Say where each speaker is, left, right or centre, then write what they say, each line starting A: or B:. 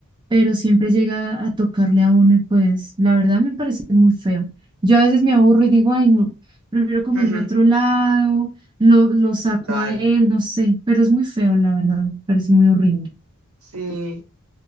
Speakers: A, on the right; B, on the right.
A: pero siempre llega a tocarle a uno y pues la verdad me parece muy feo. Yo a veces me aburro y digo, ay no, prefiero comerme
B: Ujú,
A: a otro lado, lo, lo saco
B: Total.
A: a él, no sé, pero es muy feo, la verdad, parece muy horrible.
B: Sí,